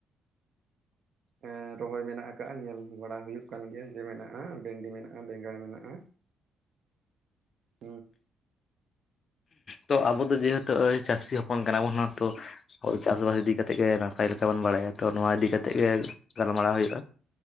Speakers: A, on the right (about 60°); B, on the left (about 45°).
A: ᱦᱮᱸ ᱨᱚᱦᱚᱭ ᱢᱮᱱᱟᱜ ᱠᱟᱜᱼᱟ ᱧᱮᱞ ᱵᱟᱲᱟ ᱦᱳᱭᱳᱜ ᱠᱟᱱ ᱜᱮᱭᱟ ᱡᱮ ᱢᱮᱱᱟᱜᱼᱟ ᱵᱷᱮᱱᱰᱤ, ᱢᱮᱱᱟᱜᱼᱟ ᱵᱮᱸᱜᱟᱲ, ᱢᱮᱱᱟᱜᱼᱟ <inaudible>
B: ᱛᱚ ᱟᱵᱚ ᱫᱚ ᱡᱮᱦᱩᱛᱩ ᱪᱟᱹᱥᱤ ᱦᱚᱯᱚᱱ ᱠᱟᱱᱟ ᱵᱚᱱ ᱚᱱᱟ ᱛᱚᱼᱼ ᱦᱳᱭ ᱪᱟᱸᱫᱳ ᱤᱫᱤ ᱠᱟᱛᱮᱜ ᱜᱮ ᱱᱟᱯᱟᱭ ᱞᱮᱠᱟ ᱵᱚᱱ ᱵᱟᱲᱟᱭᱟ ᱛᱚ ᱱᱟᱣᱟ ᱤᱫᱤ ᱠᱟᱛᱮᱜ ᱜᱮ ᱜᱟᱞᱢᱟᱲᱟ ᱦᱳᱭᱳᱜᱼᱟ᱾